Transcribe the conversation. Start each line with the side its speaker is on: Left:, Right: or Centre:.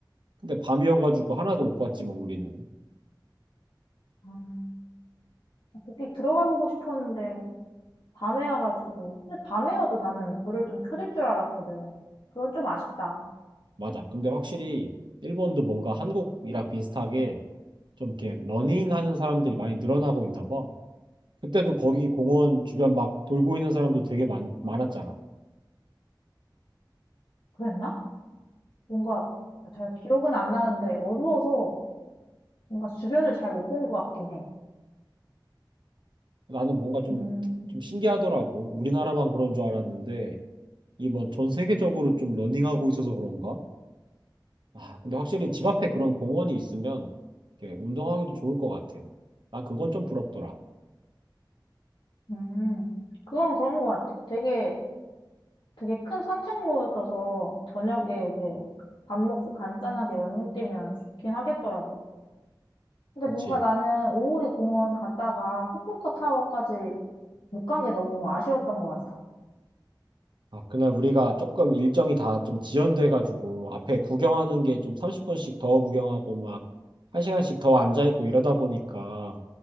Right: 근데 밤이어가지고 하나도 못 봤지 뭐 우리는.
Left: 음. 거기 들어가 보고 싶었는데 밤에 와가지고. 근데 밤에 와도 나는 불을 좀 켜질 줄 알았거든. 그건 좀 아쉽다.
Right: 맞아. 근데 확실히 일본도 뭔가 한국이랑 비슷하게 좀 이렇게 러닝하는 사람들이 많이 늘어나고 있나 봐. 그때도 거기 공원 주변 막 돌고 있는 사람들 되게 많, 많았잖아.
Left: 그랬나? 뭔가 잘 기억은 안 나는데 어두워서 뭔가 주변을 잘 못 본 것 같긴 해.
Right: 나는 뭔가 좀,
Left: 음,
Right: 좀 신기하더라고. 우리나라만 그런 줄 알았는데 이게 뭐 전 세계적으로 좀 러닝하고 있어서 그런가? 아, 근데 확실히 집 앞에 그런 공원이 있으면 이렇게 운동하기도 좋을 것 같아. 난 그건 좀 부럽더라.
Left: 음. 그건 그런 것 같아. 되게, 되게 큰 산책로였어서 저녁에 이제 밥 먹고 간단하게 러닝 뛰면 좋긴 하겠더라고. 근데
Right: 그치?
Left: 뭔가 나는 오오리 공원 갔다가 후쿠오카 타워까지 못 간 게 너무 아쉬웠던 것 같아.
Right: 아, 그날 우리가 조금 일정이 다 좀 지연돼가지고 앞에 구경하는 게 좀 30분씩 더 구경하고 막 한 시간씩 더 앉아있고 이러다 보니까